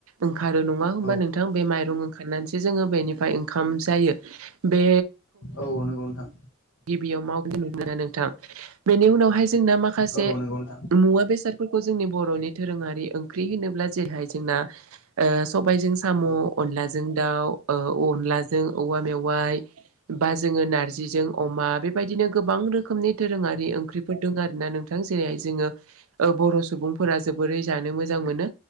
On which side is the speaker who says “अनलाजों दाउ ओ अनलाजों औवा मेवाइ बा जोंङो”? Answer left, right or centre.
Right